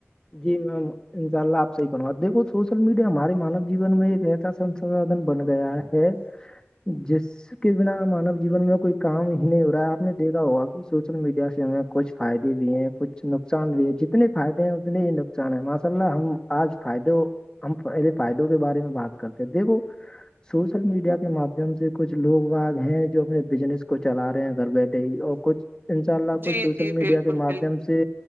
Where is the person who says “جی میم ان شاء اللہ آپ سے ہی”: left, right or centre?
Left